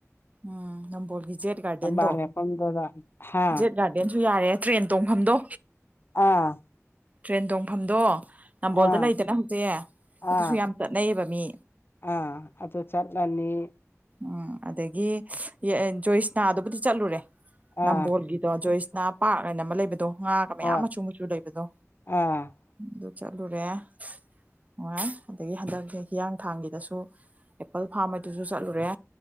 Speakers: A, on the right (about 30°); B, on the left (about 45°).
A: ꯎꯝ ꯅꯝꯕꯣꯜꯒꯤ ꯖꯦꯠ ꯒꯥꯔꯗꯦꯟꯗꯣ
B: ꯊꯝꯕꯥꯜ ꯂꯦꯞꯐꯝꯗꯨꯗ ꯍꯥ
A: ꯖꯦꯠ ꯒꯥꯔꯗꯦꯟ ꯑꯗꯨꯨ ꯌꯥꯔꯦ ꯇ꯭ꯔꯦꯟ ꯇꯣꯡꯐꯝꯗꯣ
B: ꯑꯥ
A: ꯇ꯭ꯔꯦꯟ ꯇꯣꯡꯐꯝꯗꯣ ꯅꯝꯕꯣꯜꯗ
B: ꯑꯥ
A: ꯂꯩꯗꯅ ꯍꯧꯖꯤꯛ ꯑꯗꯨꯁꯨ
B: ꯑꯥ
A: ꯌꯥꯝ ꯆꯠꯅꯩꯌꯦꯕ ꯃꯤ
B: ꯑꯥ ꯑꯗ ꯆꯠꯂꯅꯤ
A: ꯎꯝ ꯑꯗꯒꯤ ꯖꯣꯏꯁꯅꯥꯗꯨꯕꯨꯗꯤ ꯆꯠꯂꯨꯔꯦ
B: ꯑꯥ
A: ꯅꯝꯕꯣꯜꯒꯤꯗꯣ ꯖꯣꯏꯁꯅ ꯄꯥꯔꯛ ꯍꯥꯏꯅ ꯑꯃ ꯂꯩꯕꯗ ꯍꯥ ꯀ ꯃꯌꯥꯝ
B: ꯍꯣꯏ
A: ꯃꯆꯨ ꯃꯨꯆꯨ ꯂꯩꯕꯗꯣ
B: ꯑꯥ
A: ꯑꯗꯨ ꯆꯠꯂꯨ ꯔꯦ ꯅꯨꯡꯉꯥꯏ ꯑꯗꯒꯤ ꯍꯟꯗꯛꯁꯦ ꯍꯤꯌꯥꯡꯊꯥꯡꯒꯤꯗꯁꯨ ꯑꯦꯄꯜ ꯐꯥꯝ ꯑꯗꯨꯁꯨ ꯆꯠꯂꯨꯔꯦ